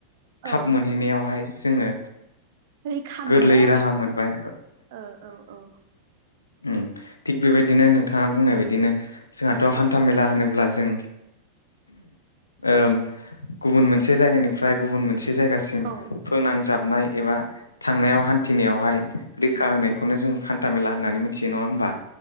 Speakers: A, on the left; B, on the right.
A: थाब
B: औ
A: मोनहैनायावहाय जोङो
B: रैखा
A: गोरलै
B: मोनबाय आरो
A: राहा मोनबाय
B: ओ औ-औ
A: ओम थिग बेबायदिनो नोंथाङा बुंनाय बायदिनो जोंहाथ'
B: औ
A: हान्था मेला होनोब्ला जों ओम गुबन मोनसे जायगानिफ्राय गुबन मोनसे जायगासिम
B: औ
A: फोनांजाबनाय एबा थांनायाव हान्थिनायावहाय रैखा होनायखौनो जों हान्था मेला होननानै मिथियो नङा होमबा